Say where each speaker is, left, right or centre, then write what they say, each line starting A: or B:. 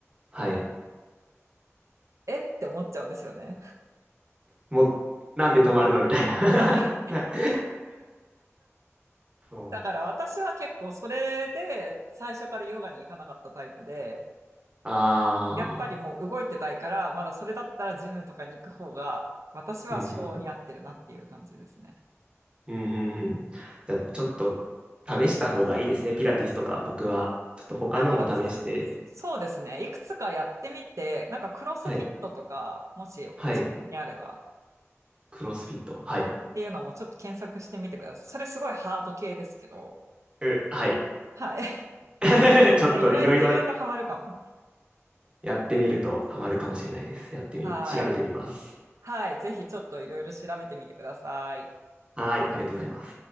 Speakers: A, on the right; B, on the right.
A: はい。
B: えって思っちゃうんですよね。
A: もう、なんで止まるのみたいな。
B: <laughs> はい。
A: <laughs> な <laughs> そ
B: だから私は結構それで最初からヨガに行かなかったタイプで、
A: う。あ
B: やっぱりもう動いてたいから、
A: あ。
B: まだそれだったらジムとかに行く方が、私は性に合ってるなっていう感じですね。
A: うん、うん、うん、うん。うんうんじゃあ、ちょっと試した方がいいですね。ピラティスとか、僕は。ちょっと他のも試して。
B: なんか、そうですね。いくつかやってみて、なんかクロスフィットとか、
A: はい。
B: もしお近くにあれば、
A: はい。クロスフィット。はい。
B: っていうのもちょっと検索してみてください。それすごいハード系ですけど、
A: う、はい。
B: はい。
A: <laughs> ちょっといろいろ
B: <laughs> 意外、意外とハマるかも。
A: やってみるとハマるかもしれないです。やってみ、
B: はい。
A: 調べてみます。
B: はい。ぜひちょっといろいろ調べてみてください。
A: はい、ありがとうございます。